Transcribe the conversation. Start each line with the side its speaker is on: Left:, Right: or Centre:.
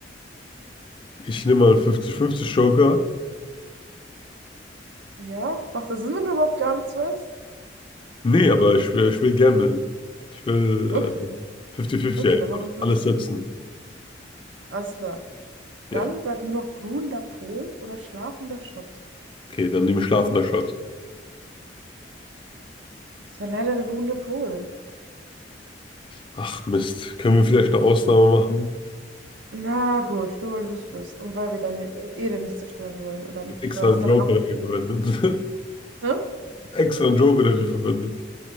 Left: ich nehme mal einen 50-50 Joker.
Right: Ja, macht das Sinn, wenn du überhaupt gar nichts weißt?
Left: Nee, aber ich will, ich will gamblen. Ich will
Right: Okay,
Left: äh, 50-50
Right: okay,
Left: einfach
Right: dann machen wir 50.
Left: alles setzen.
Right: Alles klar.
Left: Ja,
Right: Dann bleibt nur noch ruhender Pol oder schlafender Schott.
Left: okay, dann nehme ich schlafender Shot.
Right: Das war leider der ruhende Pol.
Left: Ach Mist, können wir vielleicht eine Ausnahme machen?
Right: Na gut, nur weil du es bist und weil wir deine Ehre nicht zerstören wollen. Oder
Left: Ich hab
Right: wie
Left: Extra
Right: war das?
Left: einen
Right: Dein
Left: Joker
Right: Arm.
Left: dafür verwendet. <laughs>
Right: Hä?
Left: Extra einen Joker dafür verwendet.